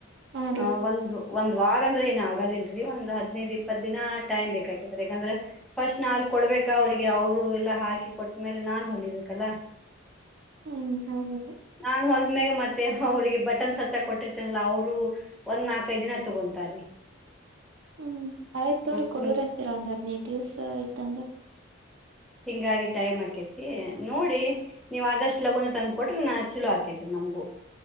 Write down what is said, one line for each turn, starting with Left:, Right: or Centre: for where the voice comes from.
Right: ಹಾ ರೀ
Centre: ಹ ಒಂದು ಒಂದ್ ವಾರ ಅಂದ್ರೆ ಏನ್ ಆಗದಿಲ್ರಿ ಒಂದ ಹದಿನೈದು ಇಪ್ಪತ್ ದಿನ ಟೈಮ್ ಬೇಕಾಕತ್ರಿ ಯಾಕಂದ್ರೆ. ಫಸ್ಟ್ ನಾಲ್ ಕೊಡ್ಬೇಕಾ ಅವ್ರಿಗೆ ಅವರು ಎಲ್ಲಾ ಹಾಕಿ ಕೊಟ್ಟ್ಮೇಲೆ ನಾನ್ ಹೊಲಿಬೇಕಲ್ಲ. <unintelligible>
Right: ಹ್ಮ್ ಹೌದೇ
Centre: ನಾನ್ ಹೊಲ್ದ್ಮ್ಯಾಗ ಮತ್ತೆ ಅವ್ರಿಗೆ ಬಟನ್ಸ್ ಹಚ್ಚಕ್ ಕೊಟ್ಟಿರ್ತಿ. ಅವರು ಒಂದ್ ನಾಲ್ಕೈದು ದಿನ ತಗೊಂತಾರೆ.
Right: ಹ್ಮ್ ಆಯ್ತ್ ತೋರಿ
Centre: ಹ್ಮ್
Right: ಕೊಡೋರ್ ಅಂತಿರ ಒಂದ್ ಹದಿನೈದ ದಿವ್ಸ ಇದ್ದಂಗ.
Centre: ಹಿಂಗಾಗಿ ಟೈಮ್ ಹಾಕೇತಿ ನೋಡಿ. ನೀವ್ ಆದಷ್ಟು ಲಗುನ ತಂದ ಕೊಟ್ರ ನ್ ಚಲೋ ಹಾಕೇತಿರಿ ನಮಗು.